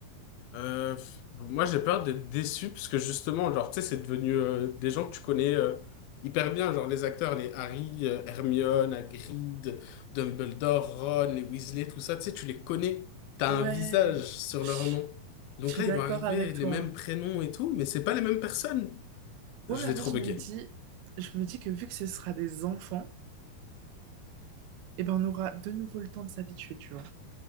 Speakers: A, on the left (about 80°); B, on the right (about 80°).
A: Euh, pff, moi, j'ai peur d'être déçu parce que justement, genre, tu sais, c'est devenu euh, des gens que tu connais euh, hyper bien, genre les acteurs, les Harry, euh, Hermione, Hagrid, Dumbledore, Ron, les Weasley, tout ça, tu sais, tu les connais, t'as
B: Ouais,
A: un visage sur
B: Chut,
A: leur nom. Donc
B: je suis
A: là,
B: d'accord
A: ils vont arriver
B: avec toi.
A: les mêmes prénoms et tout, mais c'est pas les mêmes personnes. Je
B: Ouais, mais après,
A: vais trop
B: je
A: bugger.
B: me dis, je me dis que vu que ce sera des enfants, eh ben, on aura de nouveau le temps de s'habituer, tu vois,